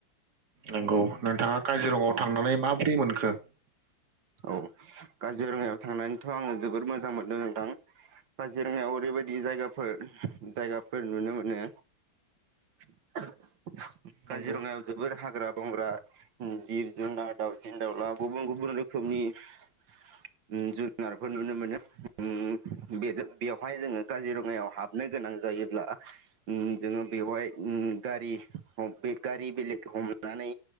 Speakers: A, on the right; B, on the right.
A: नंगौ नोंथाङा काजिरङायाव
B: औ
A: थांनानै माबोरै मोनखो?
B: औ काजिरङायाव थांनानैथ' आङो जोबोर मोजां मोनदों नोंथां काजिरङायाव ओरैबायदि जायगाफोर जायगाफोर नुनो मोनो <unintelligible> काजिरङायाव
A: नंगौ
B: जोबोर हाग्रा बंग्रा ओम जिब जुनार दाउसिन दाउला गुबुन गुबुन रोखोमनि ओम जुनारफोर नुनो मोनो ओम बेजों बेवहाय जोङो काजिरङायाव हाबनो गोनां जायोब्ला ओम जोङो बेवहाय ओम गारि बे गारि बेलेग हमनानै